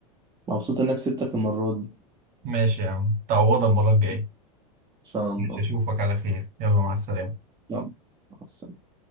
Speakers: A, on the right; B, on the right.
A: مبسوط انك كسبتك المرة دي
B: ماشي يا عم تعوضها المرة الجاية
A: ان شاء الله
B: مش أشوفك على خير يلا مع السلامة
A: يلا مع السلامة.